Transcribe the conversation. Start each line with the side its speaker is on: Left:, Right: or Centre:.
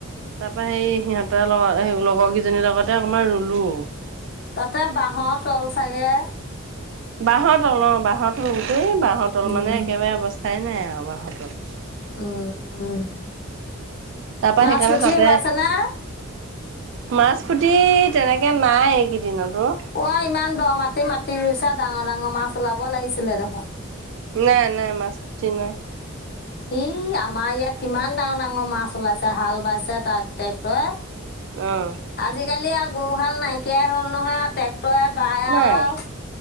Right: তাৰ পৰা সেই সিহঁতৰ লগ লগৰ কেইজনীৰ লগতে অকমান ৰুলো।
Left: তাতে বাঁহৰ তল চাগে?
Right: বাঁহৰ তল অ বাহঁৰ তল গোটেই বাঁহৰ তল
Left: উম
Right: মানে একেবাৰে অৱস্থাই নাই আৰু বাঁহৰ তল।
Left: উম
Right: তাৰপা
Left: মাছ
Right: সেইকাৰণে
Left: পুঠি
Right: তাতে
Left: ওলাইছেনে?
Right: মাছ পুতি তেনেকে নাই এইকেইদিনত অ'।
Left: অ' আই ইমান দ' মাটি মাটি ৰুইছা ডাঙৰ ডাঙৰ মাছ ওলাব লাগিছিলে দেখোন।
Right: নাই নাই মাছ পুতি নাই।
Left: ই আমাৰ ইয়াত কিমান ডাঙৰ ডাঙৰ মাছ ওলাইছে হাঁল বাইছে তাত ট্ৰেক্টৰে।
Right: অ'।
Left: আজিকালি আৰু গৰুহাল নাইকিয়াই হ'ল নহয় আৰু ট্ৰেক্টৰে বায় আৰু।
Right: নাই।